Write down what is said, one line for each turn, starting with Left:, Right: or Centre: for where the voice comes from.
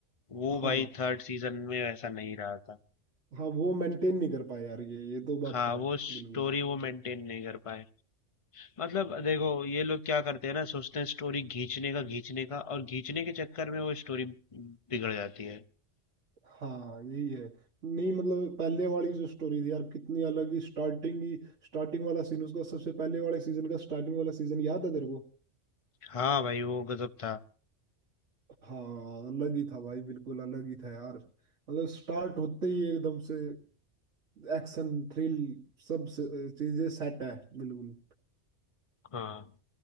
Left: वो
Right: हाँ
Left: भाई थर्ड सीजन में वैसा नहीं रहा था
Right: हाँ वो मेंटेन नहीं कर पाए यार ये ये तो बात
Left: हाँ
Right: है
Left: वो स्टोरी
Right: बिल्कुल
Left: वो मेंटेन नहीं कर पाए मतलब देखो ये लोग क्या करते हैं ना सोचते हैं स्टोरी खींचने का खींचने का और खींचने के चक्कर में वो स्टोरी बिगड़ जाती है
Right: हाँ यही है नहीं मतलब पहले वाली जो स्टोरी थी यार कितनी अलग ही स्टार्टिंग ही स्टार्टिंग वाला सीन उसका सबसे पहले वाले सीजन का स्टार्टिंग वाला सीजन याद है तेरे को
Left: हाँ भाई वो गजब था
Right: हाँ अलग ही था भाई बिल्कुल अलग ही था यार मतलब स्टार्ट होते ही एकदम से एक्शन थ्रिल सब से- चीजें सेट है बिल्कुल
Left: हाँ